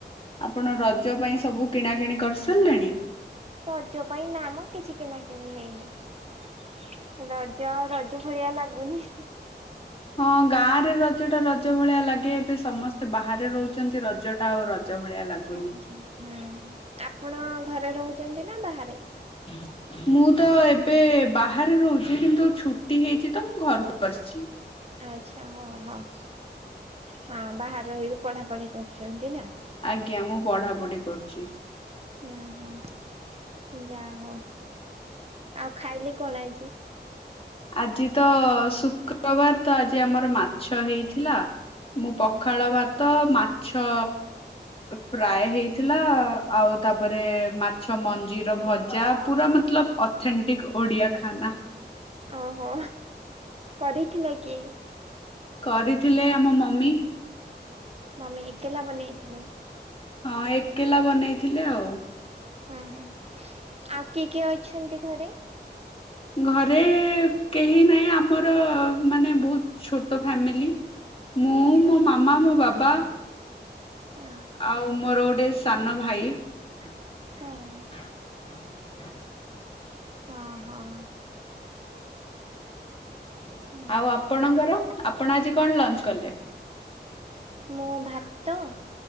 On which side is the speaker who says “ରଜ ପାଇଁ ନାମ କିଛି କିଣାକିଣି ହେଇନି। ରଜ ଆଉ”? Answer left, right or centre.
Right